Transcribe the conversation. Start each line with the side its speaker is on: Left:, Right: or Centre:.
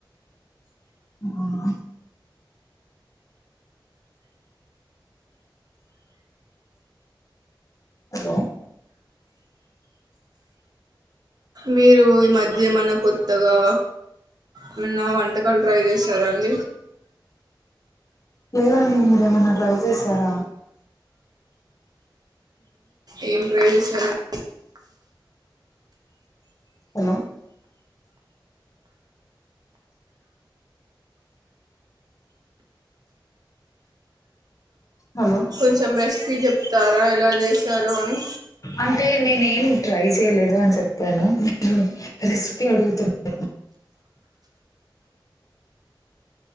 Left: ఆ హలో
Right: మీరు ఈ మధ్య ఎమన్నా కొత్తగా ఏమన్నా వంటకాలు ట్రై చేశారా అండి
Left: లేదండి మీరేమన్నా ట్రై చేసారా
Right: ఏం ట్రై చేశారండి
Left: హలో హలో
Right: కొంచెం రెసిపీ చెప్తారా ఎలా చేసారో అని
Left: అంటే నేనేం ట్రై చేయలేదు అని చెప్పాను మీరు రెసిపీ అడుగుతున్నారు